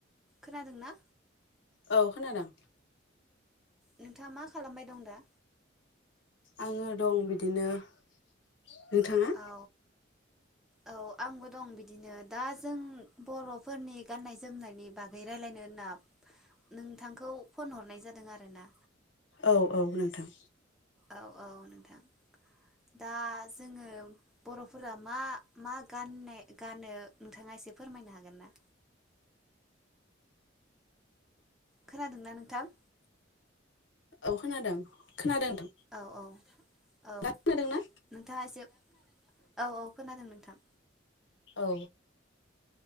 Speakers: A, in the centre; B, on the left.
A: खोनादोंंना?
B: औ खोनादों
A: नोंथाङा मा खालामबाय दं दा?
B: आङो दं बिदिनो नोंथाङा
A: औ औ आंबो दं बिदिनो दा जों बर'फोरनि गाननाय जोमनायनि बागै रायज्लायनो होनना नोंथांखौ फन हरनाय जादों आरोना
B: औ औ नोंथां
A: औ औ नोंथां दा जोङो बर'फोरा मा मा गान गानो नोंथाङा एसे फोरमायनो हागोन ना? खोनादोंना नोंथां?
B: औ खोनादों खोनादों नोंथां
A: औ औ औ
B: खोनादोंना
A: नोंथाङा एसे औ औ खोनादों नोंथां
B: औ